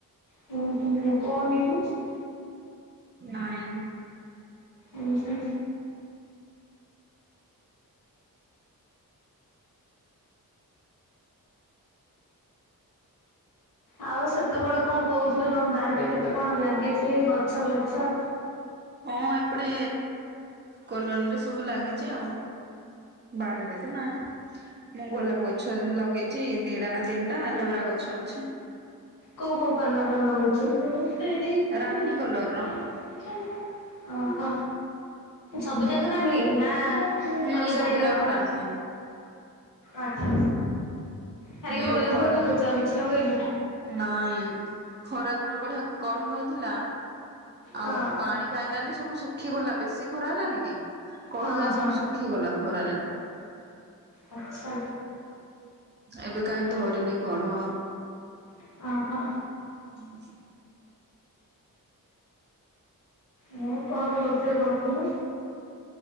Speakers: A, on the left (about 60°); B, on the right (about 30°).
A: ହୁଁ ହୁଁ ଲୋକ ଙ୍କୁ ନେଇକି
B: ନାଇଁ।
A: ଉୁଁ ହୁଁ। ଆଉ ସେତବେଳେ କଣ କହୁଥୁଲୁ ତମ ବାରିରେ କେତେ କଣ ଲାଗିଚି ଗଛ ବଛ।
B: ହଁ ଏପଟେ କଲୋନୀରେ ସବୁ ଲାଗିଚି ଆଉ। ବାଡ଼ିିବେ ତ ନା ମୁଁ ଗୋଲାପ ଗଛ ଲଗେଇଚି ଦିଟା ନା ତିନିଟା ଏଲୋବେରା ଗଛ ଅଛି।
A: କୋଉ କୋଉ କଲର ର ଲଗେଇଛୁ? <unintelligible>
B: ରାନୀ କଲର ର
A: ଓହୋ ସବୁଜାକ ରାନୀ ନା
B: ହୁଁ
A: ଅଲଗା
B: ସବୁ
A: ଅଲଗା
B: ଯାକ
A: କଣ
B: ରାନୀ
A: ଆଛା। ଖାଲି
B: ଏବେ
A: ଗୋଲାପ
B: ଖରା
A: ହିଁ ଲଗେଇଚ ଆଉ କିଛି ଲଗେଇନୁ?
B: ନାଇଁ ଖରା ଦିନ ବଢିଆ କଢ ହେଇଥିଲା
A: ହଁ
B: ଆଉ ପାଣି ପାଇଲାନି ସବୁ ଶୁଖି ଗଲା। ବେଶୀ ଖରା ହେଲାନି? କି? କଢ
A: ହଁ
B: ଯାହା
A: ହଁ
B: ସବୁ ଶୁଖିଗଲା ଖରାରେ।
A: ଆଚ୍ଛା
B: ଏବେ କାହିଁ ଧରିନି କଢ଼?
A: ଓହୋ।
B: ଉଁ ହୁଁ ।
A: ମୁଁ କଣ ରୋଷେଇ କରୁଥୁଲୁ?